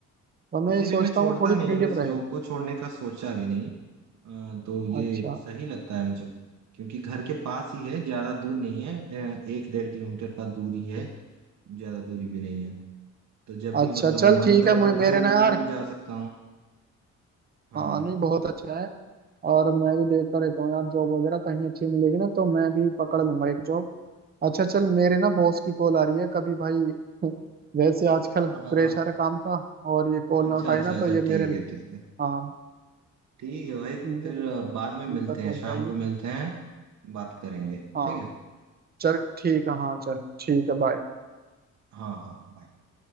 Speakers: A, on the right; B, on the right.
A: तो मैं
B: इसीलिए
A: ये सोचता
B: मैं छोड़ता
A: हूँ थोड़ी
B: नहीं
A: फ्रीडम
B: हूँ इस
A: रहे
B: जॉब को छोड़ने का सोचा भी नहीं अ, तो ये
A: अच्छा
B: सही लगता है मुझे क्योंकि घर के पास ही है ज्यादा दूर नहीं है अ, एक डेढ़ किलोमीटर का दूरी है ज्यादा दूरी भी नहीं है तो जब भी
A: अच्छा
B: मतलब
A: चल
B: मन
A: ठीक
B: करे
A: है मुझे
B: तो घर
A: मेरे ना
B: भी
A: यार
B: घर भी जा सकता हूँ हाँ
A: हाँ नहीं बहुत अच्छा है और मैं भी देखता रहता हूँ यार जॉब वगैरह कहीं अच्छी मिलेगी ना तो मैं भी पकड़ लूंगा एक जॉब अच्छा चल मेरे ना बॉस की कॉल आ रही है कभी भाई <laughs> वैसे आजकल
B: हाँ हाँ
A: प्रेशर
B: हाँ
A: है काम का और ये कॉल
B: अच्छा
A: ना उठाई
B: अच्छा
A: ना तो
B: अच्छा
A: ये मेरे
B: ठीक है ठीक है
A: हाँ
B: ठीक है भाई
A: मुझे
B: फिर अ, बाद में
A: दिक्कत
B: मिलते हैं
A: हो
B: शाम
A: जाएगी
B: को मिलते हैं बात करेंगे
A: हाँ
B: ठीक है
A: चल ठीक है हाँ चल ठीक है बाय
B: हाँ हाँ bye।